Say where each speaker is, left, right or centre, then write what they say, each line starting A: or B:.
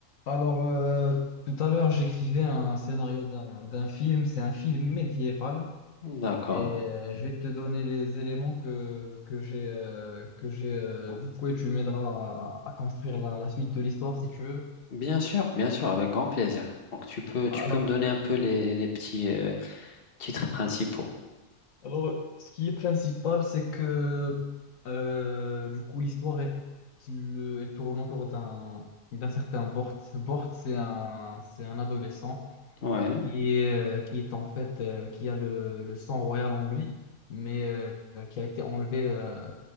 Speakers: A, on the left; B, on the left.
A: Alors, euh, tout à l'heure, j'écrivais un scénario d'un d'un film. C'est un film médiéval
B: D'accord.
A: et euh, je vais te donner les éléments que, que j'ai euh, que j'ai euh, du coup et tu m'aideras à, à construire la, la suite de l'histoire si tu veux.
B: Bien sûr, bien sûr, avec grand plaisir. Donc tu peux
A: Alors,
B: tu peux me donner un peu les, les petits euh, titres principaux.
A: alors, ce qui est principal, c'est que euh, du coup l'histoire elle, elle tourne autour d'un d'un certain Bort. Bort, c'est un c'est un adolescent
B: Ouais,
A: qui est, euh, qui est en fait, euh, qui a le, le sang royal en lui, mais euh, qui a été enlevé euh,